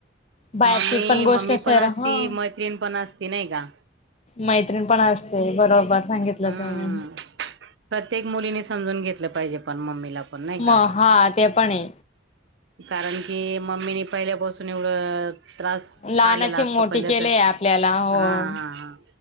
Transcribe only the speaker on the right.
मम्मी
मम्मी
पण असती,
मैत्रिण पण असती नाही का?
हम्म
प्रत्येक मुलीने समजून घेतलं पाहिजे पण मम्मीला. पण नाही का
कारण की मम्मीनी पहिल्यापासून एवढं त्रास
काढलेला असतो,
पहिले
तर
हा हा हा.